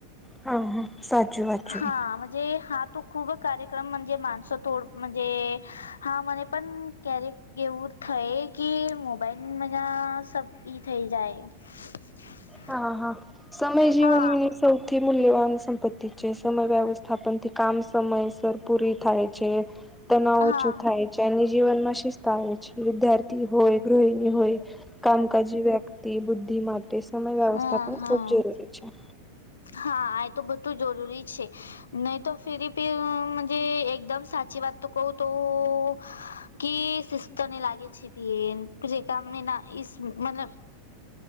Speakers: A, in the centre; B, on the left.
A: હા હા સાચું વાચું
B: હાજ હા તું ખૂબ કાર્યક્રમ માણસો થોડજ હા મને પણ ક્યારે એવું થઈ કે મોબાઈલ મજા સબ ઈ થઈ જાય. <inaudible>
A: હા હા સમય જીવનની
B: હા
A: સૌથી મૂલ્યવાન સંપત્તિ છે સમય વ્યવસ્થાપનથી કામ સમયસર પૂરી થાય છે. તનાવ
B: હા
A: ઓછું થાય છે એની જીવનમાં શિસ્તા આવે છે વિદ્યાર્થી હોય ગૃહિણી હોય. કામકાજી વ્યક્તિ બુદ્ધિ માટે સમય વ્યવસ્થાપન
B: હા હા
A: અચ્છા.
B: હા આ તો બધું જરૂરી છે. નહી તો ફિરી પીજ એકદમ સાચી વાત તો કહ તો-' કે સિસ્તો ન લાગલ છે ફેન જેમે ના ઈ મતલબ